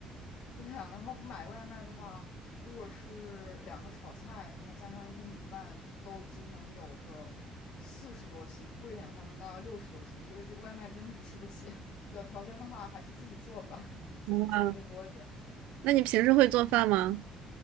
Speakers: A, on the left; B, on the right.
A: 对啊，然后买外卖的话，如果是两个炒菜，然后加上一份米饭，都已经能有个四十多星，贵一点的话能达到六十多星，所以这个外卖真的是吃不起。<laughs> 有条件的话，还是自己做吧，自己做的会多一点。
B: 哇，那你平时会做饭吗？